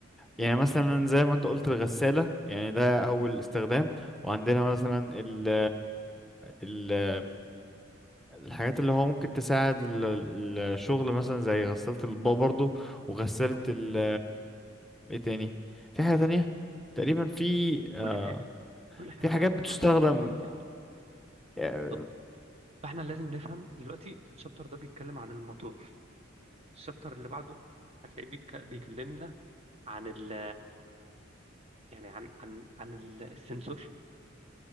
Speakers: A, in the centre; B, on the right (about 30°).
A: يعني مثلا زي ما انت قلت الغسالة يعني ده اول استخدام وعندنا مثلا ال ال الحاجات اللي هو ممكن تساعد ال- ال- الشغل مثلا زي غسالة الأطباق برضو وغسالة
B: صح
A: ال ايه تاني في حاجة تانية تقريبا في آه،
B: كل حاجة كل حاجة
A: في حاجات
B: يا عبد
A: بتستخدم
B: الرحمن تقريبا روبوتات
A: آه،
B: بالظبط فاحنا لازم نفهم دلوقتي الشابتر ده بيتكلم عن الموتور الشابتر اللي بعده هتلاقيه بيك... بيكلمنا عن ال يعني عن عن عن ال- السنسور